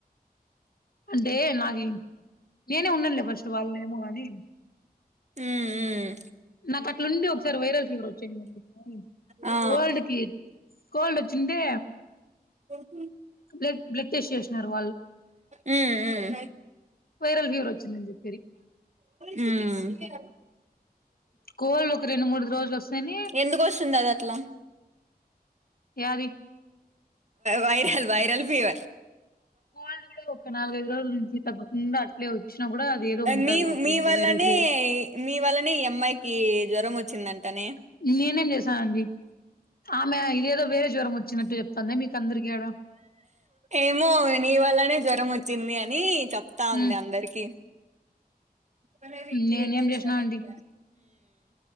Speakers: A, on the left (about 70°); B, on the right (about 45°).
A: అంటే నాకి నేనే ఉన్నానులే ఫస్ట్ వాళ్ళు ఏమో కాని
B: మ్మ్ మ్మ్
A: నాకు అట్లుంది ఒకసారి వైరల్ ఫీవర్ వచ్చింది స్వామి
B: ఆ
A: కోల్డ్కి కోల్డ్ వచ్చింటే
B: ఉమ్
A: బ్లడ్ బ్లడ్ టెస్ట్ చేసినారు వాళ్ళు.
B: ఉమ్
A: వైరల్ ఫివర్ వచ్చింది అని జెప్పిరి
B: మ్మ్ మ్మ్
A: కోల్డు ఒక రెండు మూడు రోజులు వస్తనే
B: ఎందుకు వస్తుంది అది అట్లా
A: యాది
B: వైరల్ వైరల్ ఫీవర్
A: కోల్డ్ కూడా ఒక నాలుగైదు రోజుల నుంచి తగ్గకుండా అట్లే వచ్చినా కూడా అది ఏదో ఉంటది
B: నీమ్
A: లోపల
B: మీ
A: ఇంకా
B: వల్లనే
A: వైరల్ ఫీవర్
B: మీ వల్లనే ఈ అమ్మాయికి జ్వరం వచ్చిందంటనే
A: నేనేం చేశానండి ఆమె ఇదేదో వేరే జ్వరం వచ్చినట్టు చెప్తంది మీకు అందరికిీ ఆడా
B: ఏమో నీ వల్లనే జ్వరం వచ్చింది అని చెప్తా ఉంది
A: ఉమ్
B: అందరికి కలరేయ్ క్రియేట్
A: నేనేం
B: జేస్తే
A: చేసినా
B: అది
A: అండి
B: అయిపోదా